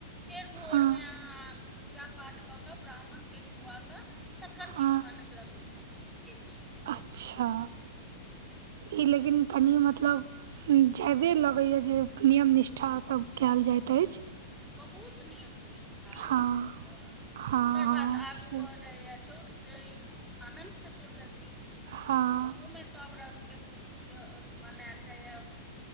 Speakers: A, in the centre; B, on the right.
A: फेर भोरमे
B: हँ
A: अहाँ पूजा पाठ कऽ कऽ ब्राह्मण के खुआकऽ तखन
B: हँ
A: किछु अन्न ग्रहण करु से छै।
B: अच्छा ई लेकिन कनि मतलब ज्यादे लगैया जे नियम निष्ठासभ कयल जाइत अइच।
A: बहुत नियम निष्ठा
B: हँ
A: अइ मतलब <unintelligible>
B: हँ
A: ओकर
B: हँ
A: बाद आगू
B: से
A: भऽ जाइए चौरचैइन, अनंत चतुर्दशी।
B: हँ
A: ओहूमे सभ रंगके त्यौ मनायल जाइए।